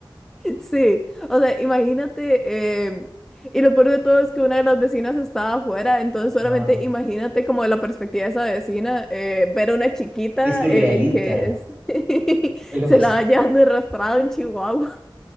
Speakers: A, in the centre; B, on the right.
A: Sí, o sea, imagínate, em, y lo peor de todo es que una de las vecinas estaba afuera, entonces solamente
B: No,
A: imagínate como de la perspectiva de esa vecina, eh, ver a una chiquita
B: es surrealista.
A: eh, que es- <laughs>
B: Es lo
A: se
B: más.
A: la va llevando arrastrado en Chihuahua.